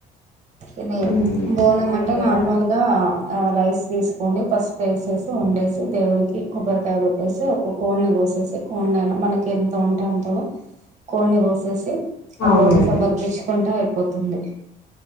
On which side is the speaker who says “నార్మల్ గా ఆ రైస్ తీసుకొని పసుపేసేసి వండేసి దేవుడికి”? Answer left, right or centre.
Right